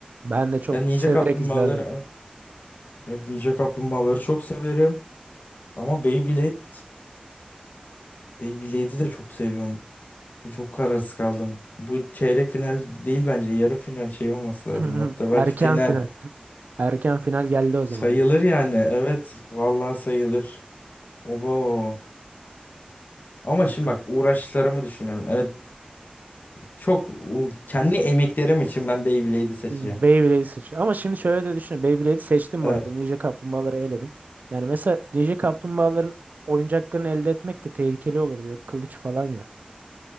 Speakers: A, on the right (about 70°); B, on the left (about 80°).
A: Ben de çok
B: Ben Ninja
A: severek
B: Kaplumbağaları
A: izlerdim.
B: evet, Ninja Kaplumbağaları çok severim. Ama Beyblade Beyblade'i de çok seviyorum. Çok kararsız kaldım. Bu çeyrek final değil bence. Yarı final şey olması lazım.
A: <laughs>
B: Hatta belki
A: Erken
B: final
A: final. Erken final geldi o
B: sayılır
A: zaman diyor.
B: yani. Evet, vallahi sayılır. Obo. Ama
A: Bakalım.
B: şimdi bak uğraşlarımı düşünüyorum. Evet Çok u- kendi emeklerim için ben Beyblade'i seçeceğim.
A: Beyblade'i seçtim. Ama şimdi şöyle de düşün. Beyblade'i seçtim
B: Evet.
A: bu arada. Ninja Kaplumbağaları eledim. Yani mesela Ninja Kaplumbağaların oyuncaklarını elde etmek de tehlikeli olurdu. Yok kılıç falan ya.